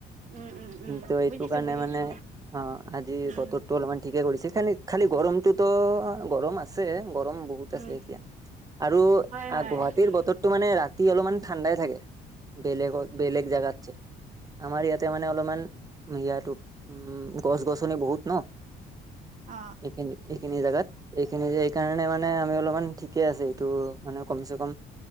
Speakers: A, on the right; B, on the right.
A: উম উম উম
B: তো এইটো
A: বুজিছো
B: কাৰণে
A: বুজিছো
B: মানে অ আজি
A: উম
B: বতৰটো অলপমান ঠিকে কৰিছে খালি খালি গৰমটোতো গৰম আছে গৰম বহুত বহুত
A: উম
B: আছে এতিয়া আৰু
A: হয় হয়
B: গুৱাহাটীৰ
A: উম।
B: বতৰটো মানে ৰাতি অলপমান ঠাণ্ডাই থাকে। বেলেগত বেলেগ জেগাতছে আমাৰ ইয়াতে মানে অলপমান ইয়াতো উম গছ গছনি বহুত ন
A: অ
B: এইখিনি এইখিনি জোগাত এইখিনি এই কাৰণে মানে আমি অলপমান ঠিক ঠিকে আছে এইটো মানে কম চে কম